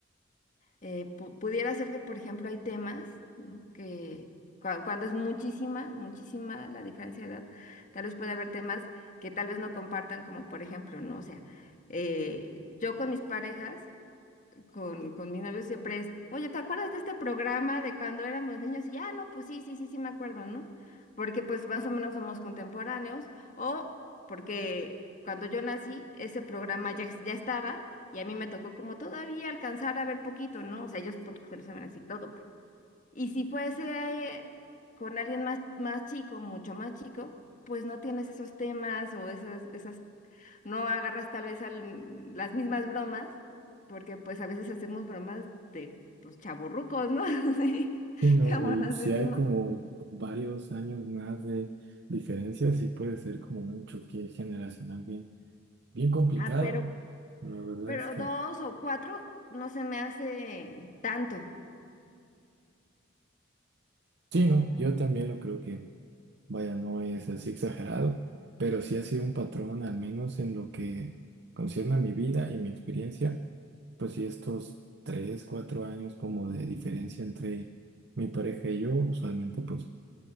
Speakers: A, on the left; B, on the right.
A: Eh, pu- pudiera ser que, por ejemplo, hay temas, ¿no? Que cua- cuando es muchísima, muchísima la diferencia de edad, tal vez puede haber temas que tal vez no compartan, como por ejemplo, ¿no? O sea, eh, yo con mis parejas con, con mi novio siempre es, oye, ¿te acuerdas de este programa de cuando éramos niños? Y ya, no, pues sí, sí, sí, sí me acuerdo, ¿no? Porque pues más o menos somos contemporáneos, o porque cuando yo nací, ese programa ya, es- ya estaba, y a mí me tocó como todavía alcanzar a ver poquito, ¿no? O sea, ellos pues, lo saben así todo, y si fuese con alguien más, más chico, mucho más chico, pues no tienes esos temas o esas, esas, no agarras tal vez al- las mismas bromas, porque pues a veces hacemos bromas de pues chavorrucos, ¿no? <laughs> Sí,
B: Sí, ¿no?
A: como
B: Y
A: nos
B: si
A: decimos.
B: hay como varios años más de diferencia, sí puede ser como un choque generacional bien, bien complicado.
A: Ah, pero,
B: La verdad
A: pero
B: es que
A: dos o cuatro no se me hace tanto.
B: sí, ¿no?
A: ¿no?
B: Yo también lo creo que, vaya, no es así exagerado, pero sí ha sido un patrón, al menos en lo que concierne a mi vida y mi experiencia, pues sí estos tres, cuatro años como de diferencia entre mi pareja y yo, usualmente pues